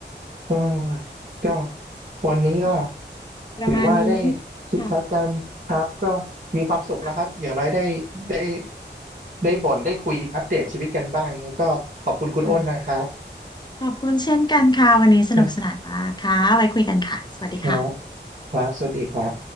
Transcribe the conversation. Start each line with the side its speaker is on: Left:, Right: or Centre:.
Right: เออก็วันนี้ก็
Left: ค่ะ ประมาณนี้
Right: ถือว่าได้ชิดชัดกันครับก็มีความสุขแล้วครับอย่างน้อยได้
Left: ค่ะค่ะ
Right: ได้ได้บ่นได้คุยอัปเดตชีวิตกันบ้างก็ขอบคุณคุณอ้นนะครับ
Left: ค่ะขอบคุณเช่นกันค่ะวันนี้สนุกสนานมากค่ะไว้คุยกันค่ะสวัสดีค่ะ
Right: ครับแล้วครับสวัสดีครับ